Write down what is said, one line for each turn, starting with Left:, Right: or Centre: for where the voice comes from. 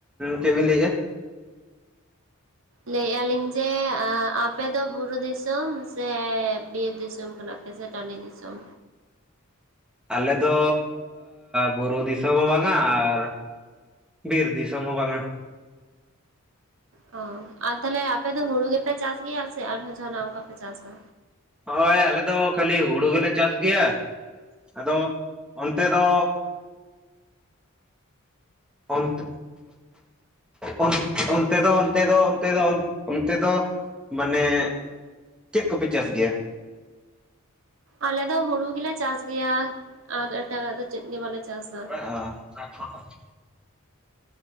Centre: ᱪᱮᱫ ᱵᱤᱱ ᱞᱟᱹᱭᱮᱜᱼᱟ?
Right: ᱞᱟᱹᱭᱮᱜᱼᱟ ᱞᱤᱧ ᱡᱮ ᱟᱯᱮᱫᱚ ᱵᱩᱨᱩ ᱫᱤᱥᱚᱢ ᱥᱮ ᱵᱤᱨ ᱫᱤᱥᱚᱢ ᱠᱷᱚᱼᱼ ᱥᱮ ᱴᱟᱸᱱᱰᱤ ᱫᱤᱥᱚᱢ?
Centre: ᱟᱞᱮ ᱫᱚ ᱵᱩᱨᱩ ᱫᱤᱥᱚᱢ ᱦᱚᱸ ᱵᱟᱝᱼᱟ ᱟᱨᱼᱼ ᱵᱤᱨ ᱫᱤᱥᱚᱢ ᱦᱚᱸ ᱵᱟᱝᱼᱟ
Right: ᱚ ᱟᱨ ᱛᱟᱦᱞᱮ ᱟᱯᱮ ᱫᱚ ᱦᱩᱲᱩ ᱜᱮᱯᱮ ᱪᱟᱥ ᱜᱮᱭᱟ ᱥᱮ ᱟᱨᱦᱚᱸ ᱡᱟᱱᱟᱜ ᱚᱱᱠᱟ ᱯᱮ ᱪᱟᱥᱟ?
Centre: ᱦᱚᱭ ᱟᱞᱮ ᱫᱚ ᱠᱷᱟᱹᱞᱤ ᱦᱩᱲᱩ ᱜᱮᱞᱮ ᱪᱟᱥ ᱜᱮᱭᱟ ᱟᱫᱚ ᱚᱱᱛᱮ ᱫᱚᱼᱼ ᱚᱱᱛᱼᱼ ᱚᱱ ᱚᱱᱛᱮ ᱫᱚ ᱚᱱᱛᱮ ᱫᱚ ᱚᱱᱛᱮ ᱫᱚ ᱚᱱ ᱚᱱᱛᱮ ᱫᱚᱼᱼ ᱢᱟᱱᱮ ᱪᱮᱫ ᱠᱚᱯᱮ ᱪᱟᱥ ᱜᱮᱭᱟ?
Right: ᱟᱞᱮ ᱫᱚ ᱦᱩᱲᱩ ᱜᱮᱞᱮ ᱪᱟᱥ ᱜᱮᱭᱟ ᱟᱨ ᱮᱴᱟᱜᱟᱜ ᱫᱚ ᱪᱮᱫ ᱜᱮ ᱵᱟᱞᱮ ᱪᱟᱥᱟ᱾
Centre: <unintelligible>